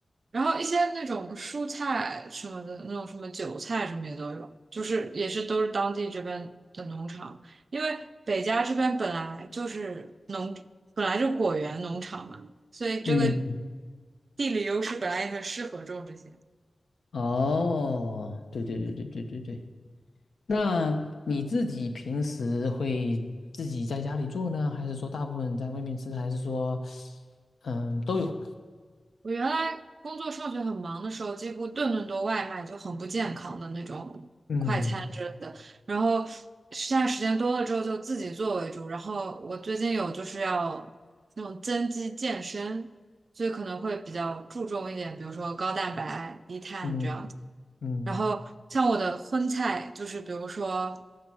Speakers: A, on the right (about 75°); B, on the left (about 85°).
A: 然后一些那种蔬菜什么的，那种什么韭菜什么也都有，就是也是都是当地这边的农场，因为北加这边本来就是农，本来就果园农场嘛，所以这个
B: 嗯，
A: 地理优势本来也很适合种这些。
B: 哦，对对对对对对对。那你自己平时会自己在家里做呢，还是说大部分在外面吃，还是说，嗯，都有？
A: 我原来工作上学很忙的时候，几乎顿顿都外卖，就很不健康的那种快餐之类的。
B: 嗯
A: 然后现在时间多了之后，就自己做为主。然后我最近有就是要那种增肌健身，所以可能会比较注重一点，比如说高蛋白、低碳这样子。
B: 嗯嗯
A: 然后像我的荤菜，就是比如说